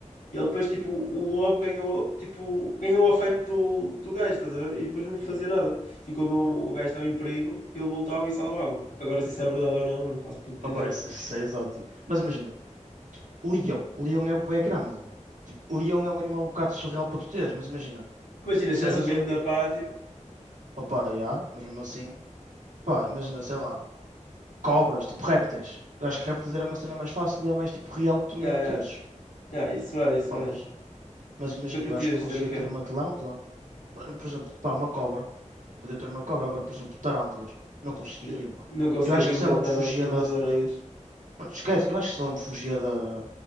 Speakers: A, on the left; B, on the right.
A: E ele depois, tipo, o lobo ganhou, tipo, ganhou o afeto do, do gajo, estás a ver? E depois não lhe fazia
B: Uhum.
A: nada. E quando o, o gajo estava em perigo, ele voltava e salvava-o. Agora, se isso é verdade ou não, mano, não faço puta
B: Opa,
A: ideia.
B: isso, isso é exótico. Mas imagina. Leão. Leão é bué grande. Tipo, leão é um animal um bocado surreal para tu teres, mas imagina,
A: Imagina,
B: cenas
A: se tivesse um game
B: um.
A: da pátio.
B: Opa, já, mas mesmo assim, pá, imagina, sei lá, cobras, tipo répteis. Eu acho que répteis era uma cena mais fácil e é mais tipo real que tu
A: Yeah,
B: mesmo
A: yeah,
B: teres.
A: yeah, isso é, isso
B: Pá,
A: é.
B: mas, mas imagina,
A: Tu curtias
B: eu acho que não conseguia
A: ter o quê?
B: ter uma tarântula. Por exemplo, pá, uma cobra. Podia ter uma cobra, agora, por exemplo, tarântulas. Não conseguia,
A: Yeah.
B: mano.
A: Não conseguia,
B: Eu acho
A: tenho
B: que se
A: medo
B: ela
A: de
B: me
A: tar-
B: fugia
A: tenho
B: da.
A: medo de aranhas.
B: Mano, esquece, eu acho que se ela me fugia da.